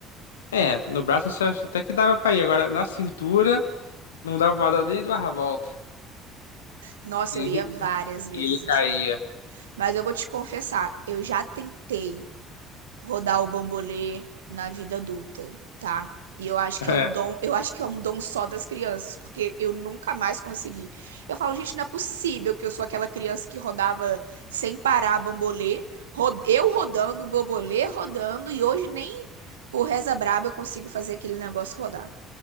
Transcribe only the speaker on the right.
Nossa,
eu ia
várias vezes
assim. Mas eu vou te confessar, eu já tentei rodar o bambolê na vida adulta, tá? E eu acho
que é um dom, eu acho que é um dom só das crianças, porque eu nunca mais consegui. Eu falo, gente, não é possível que eu sou aquela criança que rodava sem parar bambolê, ro- eu rodando, o bambolê rodando, e hoje nem por reza braba eu consigo fazer aquele negócio rodar.